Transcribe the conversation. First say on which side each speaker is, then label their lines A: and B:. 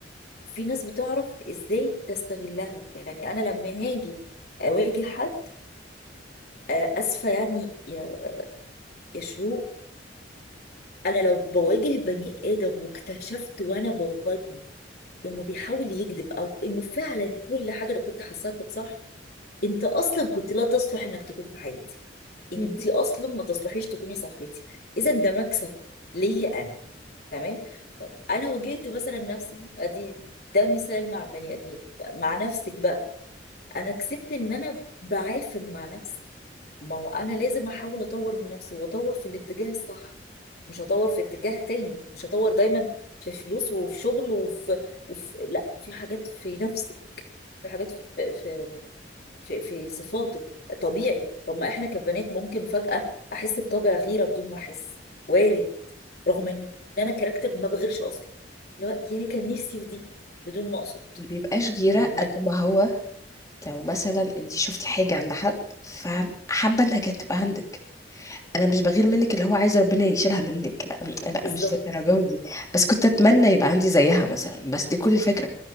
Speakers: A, on the left; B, on the left.
A: في ناس بتعرف ازاي تستغلها يعني انا لما هاجي اواجه حد آه، اسفه يعني يا يا شروق انا لو بواجه بني ادم واكتشفت وانا بواجهه انه بيحاول يكذب او انه فعلا كل حاجه انا كنت حاساها كانت صح انت اصلا كنت لا تصلح انك تكون في حياتي انت
B: مم.
A: اصلا ما تصلحيش تكوني صاحبتي اذا ده مكسب ليا انا تمام طب انا واجهت مثلا نفسي ادي ده مثال مع البني ادمين مع نفسك بقى انا كسبت ان انا بعافر مع نفسي ما هو انا لازم احاول اطور من نفسي واطور في الاتجاه الصح مش هطور في اتجاه تاني مش هطور دايما في فلوس وفي شغل وفي, وفي لا في حاجات في نفسك في حاجات في في في, في صفاتك طبيعي طب ما احنا كبنات ممكن فجأة احس بطبع غيرة بدون ما احس وارد رغم ان انا كاركتر ما بغيرش اصلا لا يا كان نفسي في دي بدون ما اقصد
B: ما بيبقاش غيرة
A: لما
B: قد ما هو لو مثلا انت شفتي حاجة عند حد فحابة انها كانت تبقى عندك انا مش بغير منك اللي هو عايز ربنا يشيلها منك لا لا
A: بالظبط
B: مش للدرجه دي بس كنت اتمنى يبقى عندي زيها مثلا بس دي كل الفكره